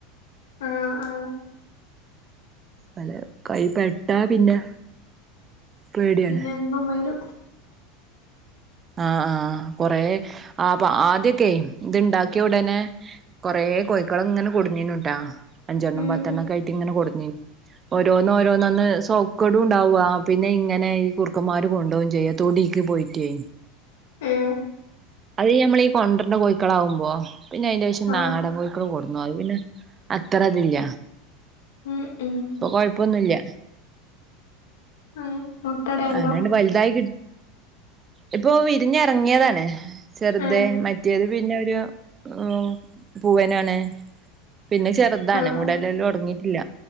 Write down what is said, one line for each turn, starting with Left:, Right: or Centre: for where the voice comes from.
Left: ആ ആ
Right: അല്ല കൈ പെട്ട പിന്നെ പേടിയാണ്
Left: പിന്നെ എന്നും വരു
Right: ആഹ് ആഹ് കൊറെ ആപ്പ ആദ്യൊക്കെ ഇത്ണ്ടാക്കിയ ഉടനെ കൊറേ കോഴിക്കള് ഇങ്ങനെ കൊടുന്നീനുട്ടാ അഞ്ചെണ്ണം
Left: ഉം
Right: പത്തെണ്ണം
Left: ഉം
Right: ഒക്കെ ആയിട്ട് ഇങ്ങനെ കൊടുന്നീന് ഓരോന്ന് ഓരോന്ന് അന്ന്സൗക്കടു ണ്ടാവുവ പിന്നെ ഇങ്ങനെ ഈ കുറുക്കന്മാര് കൊണ്ടോവു ചെയ്യും തൊടീക്ക് പോയിട്ടെ
Left: ഏ
Right: അത് നമ്മളീ കൊണ്ടറ്ന്ന കോഴിക്കളാകുമ്പോ പിന്നെ അയിന്റെ ശേഷം
Left: ആ
Right: നാടൻ കോഴിക്കള് കൊടന്നു അത് പിന്നെ അത്ര അതില്ല
Left: ഉം ഉം
Right: ഇപ്പൊ കൊഴപ്പൊന്ന് ഇല്ല
Left: ഉം മുട്ടടയുണ്ടോ
Right: അങ്ങനാണ്ട് വലുതായി കിട്ടി ഇപ്പൊ വിരിഞ്ഞ് ഇറങ്ങിയതാണ് ചെറുതെ
Left: ഏ
Right: മറ്റേത് പിന്നെ ഒരു ഓഹ് പൂവനാണ് പിന്നെ ചെറുതാണ്
Left: ആ
Right: മൂടല്ലല്ലും
Left: ആ
Right: ഒടങ്ങിട്ടില്ല